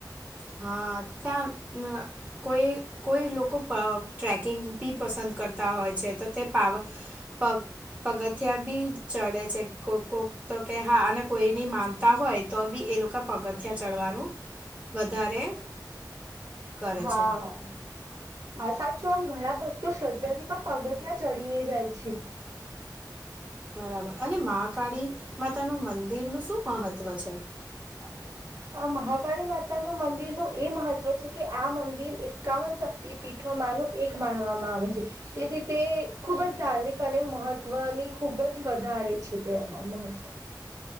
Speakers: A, on the right; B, on the right.
A: હા, ત્યાં ન કોઈ કોઈ લોકો પા ટ્રેકિંગ બી પસંદ કરતા હોય છે તો તે પાવા પ પગથિયા બી ચડે છે, કોક કોક તો કે, હા, અને કોઈની માનતા હોય તો બી એ લોકા પગથિયાં ચડવાનું વધારે કરે
B: હા
A: છે
B: હા, સાચું. આમ ઘણા ભક્તો શ્રદ્ધા થી પણ પગથીયાં ચડીને જાય છે.
A: બરાબર, અને મહાકાળી માતાનું મંદિર નું સુ મહત્વ છે?
B: <inaudible> આ મહાકાળી માતા નું મંદિર નું એ મહત્વ છે, કે આ મંદિર એકાવન... તે પીઠો માનું એક માનવામાં આવે છે. તેથી તે ખૂબ જ ધાર્મિક અને મહત્વની ખુબ જ વધારે છે, તે એમાં મહત્વ